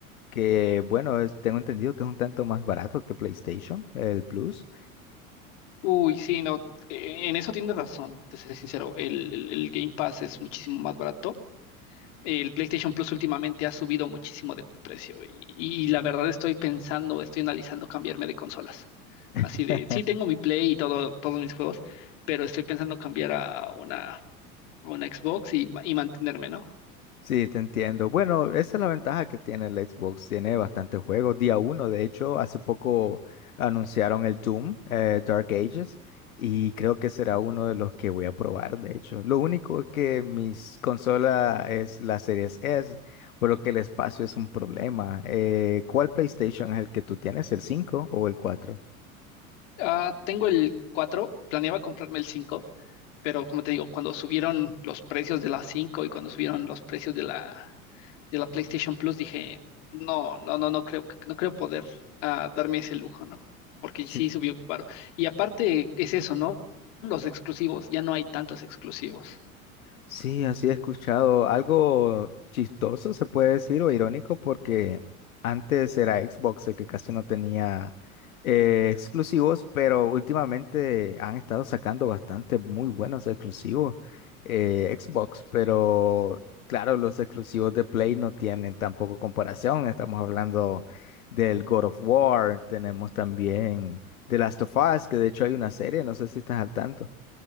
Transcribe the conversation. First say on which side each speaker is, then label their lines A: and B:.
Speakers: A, on the left; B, on the left.
A: que bueno, es- tengo entendido que es un tanto más barato que PlayStation, el Plus.
B: <laughs> Uy, sí, no, eh, en eso tienes razón, te seré sincero, el, el- el Game Pass es muchísimo más barato. El PlayStation Plus últimamente ha subido muchísimo de precio y, y la verdad estoy pensando, estoy analizando cambiarme de consolas.
A: <laughs>
B: Así de, sí tengo mi Play y todo, todos mis juegos, pero estoy pensando cambiar a una, a una Xbox y, y mantenerme, ¿no?
A: Sí, te entiendo. Bueno, esa es la ventaja que tiene el Xbox. Tiene bastantes juegos. Día uno, de hecho, hace poco anunciaron el Doom, eh, Dark Ages, y creo que será uno de los que voy a probar, de hecho. Lo único es que mis consola es la Series S, por lo que el espacio es un problema. Eh, ¿cuál PlayStation es el que tú tienes? ¿El 5 o el cuatro?
B: Ah, tengo el cuatro planeaba comprarme el cinco pero como te digo, cuando subieron los precios de la 5 y cuando subieron los precios de la, de la PlayStation Plus, dije, no, no, no, no creo, que- no creo poder ah, darme ese lujo, ¿no? Porque
A: Sí.
B: sí subió caro. Y aparte es eso, ¿no? Los exclusivos, ya no hay tantos exclusivos.
A: Sí, así he escuchado algo chistoso, se puede decir, o irónico, porque antes era Xbox el que casi no tenía eh, exclusivos, pero últimamente han estado sacando bastante muy buenos exclusivos eh, Xbox, pero claro, los exclusivos de Play no tienen tampoco comparación. Estamos hablando del God of War, tenemos también The Last of Us, que de hecho hay una serie, no sé si estás al tanto.